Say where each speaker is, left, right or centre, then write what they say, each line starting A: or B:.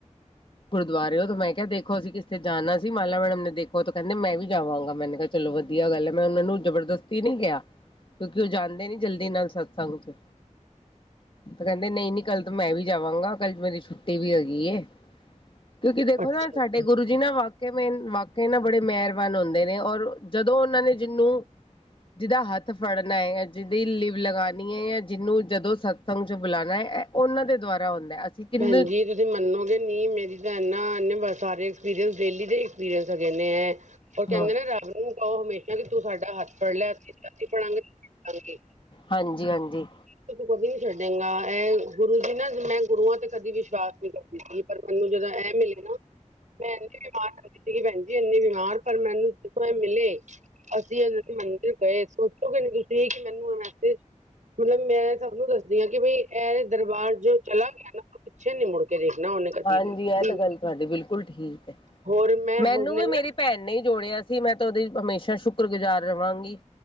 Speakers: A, on the left; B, on the right.
A: ਗੁਰਦੁਆਰੇ ਓ ਤੇ ਮੈਂ ਕਿਆ ਦੇਖ ਦੇਖੋ ਸੀ ਕਿਸਤੇ ਜਾਨਾ ਸੀ ਮਾਲਾ ਮੈਡਮ ਨੇ ਦੇਖੋ ਤੇ ਕੈਂਦੇ ਮੈਂ ਵੀ ਜਾਵਾਂਗਾ ਮੈਨੇ ਚਲੋ ਵਦੀਆ ਗੱਲ ਐ ਮੈਂ ਓਨਾਂ ਨੂੰ ਜਬਰਦਸਤੀ ਨੀ ਕਿਆ ਕਿਓਂਕਿ ਓ ਜਾਨਦੇ ਨੀ ਜਲਦੀ ਨਾਲ ਸਤਸੰਗ ਚ ਤੇ ਕੈਂਦੇ ਨਈ-ਨਈ ਕੱਲ ਤਾ ਮੈਂ ਵੀ ਜਾਵਾਂਗਾ ਕੱਲ ਮੇਰੀ ਛੁੱਟੀ ਵੀ ਹੈਗੀ ਏ। ਕਿਓਂਕਿ ਦੇਖੋ
B: ਅੱਛਾ
A: ਨਾ ਸਾਡੇ ਗੁਰੂ ਜੀ ਜਿ ਨਾ ਵਾਕਿਆ ਮੇ ਵਾਕਿਆ ਨਾ ਬੜੇ ਮਿਹਰਬਾਨ ਹੁੰਦੇ ਨੇ ਔਰ ਜਦੋਂ ਓਨਾਂ ਨੇ ਜਿਨੂੰ ਜਿਦਾ ਹੱਥ ਫੜਨਾ ਐ ਜਿਦੀ ਲਿਵ ਲਗਾਣੀ ਐ ਜਾਂ ਜਿਨੂੰ ਜਦੋਂ ਸਤਸੰਗ ਚ ਬਲਾਨਾ ਐ ਓਨਾਂ ਦੇ ਦੁਆਰਾ ਹੁੰਦਾ। ਅਸੀਂ ਕਿੰਨੇ
B: ਭੈਨਜੀ ਤੁਸੀਂ ਮੰਨੋਗੇ ਨੀ ਮੇਰੀ ਤਾਂ ਐਨਾ ਐਨੇ ਸਾਰੇ ਐਕਸਪੀਰੀਅੰਸ ਡੇਲੀ ਦੇ ਐਕਸਪੀਰੀਅੰਸ ਹੈਗੇ ਨੇ ਐ। ਓ ਕੈਂਦੇ
A: ਹਾਂ
B: ਨੇ ਰੱਬ ਨੂੰ ਕਹੋ ਹਮੇਸ਼ਾ ਕਿ ਤੂੰ ਸਾਡਾ ਹੱਥ ਫੜ ਲਿਆਂ ਅਸੀਂ ਫੜਾਂਗੇ ਹਾਂਜੀ।
A: ਹਾਂਜੀ-ਹਾਂਜੀ।
B: ਤੇ ਤੂੰ ਕਦੀ ਨੀ ਛੱਡੇਗਾ, ਇਹ ਗੁਰੂ ਜੀ ਨਾ, ਮੈਂ ਗੁਰੂਆਂ ਤੇ ਕਦੀ ਵਿਸ਼ਵਾਸ ਨੀ ਕਰਦੀ ਸੀ, ਪਰ ਮੈਨੂੰ ਜਦੋਂ ਇਹ ਮਿਲੇ ਨਾ ਮੈਂ ਇੰਨੀ ਬਿਮਾਰ ਰਹਿੰਦੀ ਸੀਗੀ ਭੈਣ ਜੀ ਇੰਨੀ ਬਿਮਾਰ, ਪਰ ਮੈਨੂੰ ਦੇਖੋ ਇਹ ਮਿਲੇ ਅਸੀਂ ਇਹ ਮੰਦਿਰ ਗਏ, ਸੋਚੋਗੇ ਨ ਤੁਸੀਂ ਕਿ ਮੈਨੂੰ ਇਹ ਮੈਸੇਜ ਮਲਬ, ਮੈਂ ਸਭਨੂੰ ਦੱਸਦੀ ਆ ਕਿ ਬਈ ਏਹ ਦਰਬਾਰ, ਜੋ ਚਲਾ ਗਿਆ ਨਾ ਉਹ ਪਿੱਛੇ ਨੀ ਮੁੜ ਕੇ ਦੇਖਣਾ ਉਹਨੇ ਕਦੀ
A: ਹਾਂਜੀ
B: ਵੀ ਕਦੀ
A: ਐਹ ਤਾਂ
B: ਵੀ
A: ਗੱਲ ਤੁਹਾਡੀ ਬਿਲਕੁਲ ਠੀਕ ਐ।
B: ਹੋਰ ਮੈਂ
A: ਮੈਨੂੰ
B: ਹੁਣੇ
A: ਵੀ ਮੇਰੀ
B: ਨਾ
A: ਭੈਣ ਨੇ ਈ ਜੋੜਿਆ ਸੀ। ਮੈਂ ਤੇ ਉਹਦੀ ਹਮੇਸ਼ਾ ਸ਼ੁਕਰ ਗੁਜ਼ਾਰ ਰਵਾਂਗੀ।